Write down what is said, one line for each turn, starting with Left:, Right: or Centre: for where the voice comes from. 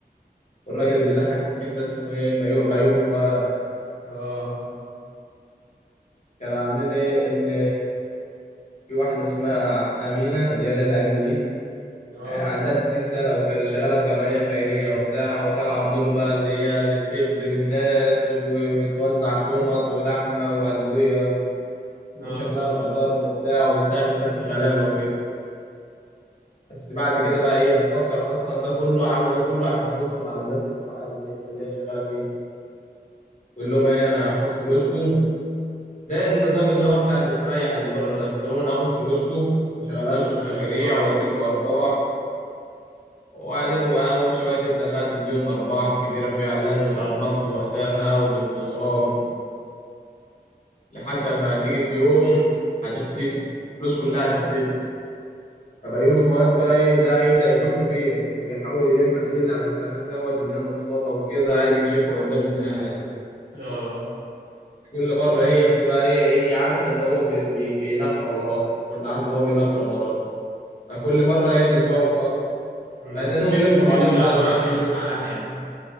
Left: والراجل اللي بيضحك التخين ده اسمه ايه بيو- بيومي فؤاد
Right: اه
Left: كان عاملين ايه ان في واحده اسمها امينه اللي هي ليلى علو دي
Right: اه
Left: آه، عندها 60 سنه وكده شغاله في جمعيه خيريه وبتاع وطالعه بدور بقى اللي هي اللي بتخدم الناس وبتوزع شنط ولحمه وادويه و-
Right: اه
Left: وشكلها
Right: ده
Left: محترم
Right: ده بقى
Left: وبتاع وبتساعد الناس الغلابه وكده بس بعد كده بقى هي بتفكر اصلا ده كله عامله ده كله عشان تنصب على الناس اللي بتوع الحته اللي هي شغاله فيها يقول لهم ايه انا هاخد فلوسكم زي النظام اللي هو بتاع المستريح اللي بره ده بتقول لهم انا هاخد فلوسكم واشغلها
Right: شغلك
Left: لكم في مشاريع
Right: بقى
Left: واديكم ارباح وبعدين اول شويه تبدا بقى تديهم ارباح كبيره فعلا والارباح في وقتها وبانتظام لحد اما هتيجي في يوم هتختفي الفلوس كلها هتختفي فبقى يومي فؤاد بقى ايه ده يبدا يشك فيها وبيحاول يلم ادله على الكلام دوت ان هي نصابه وكده عايز يكشفها قدام الناس
Right: اه
Left: كل مرة هي بتبقى ايه هي عارفة ان هو بي بي بينحرى وراه كل عارفة ان هو بينحرى وراه فكل مرة هي تسبقه بخطوة
Right: امم
Left: فهيتنهم يلفوا
Right: كيفت
Left: حوالين
Right: منه
Left: بعض
Right: يعني ما
Left: بقى
Right: عرفش
Left: كده
Right: يمسك
Left: طول
Right: عليها حاجه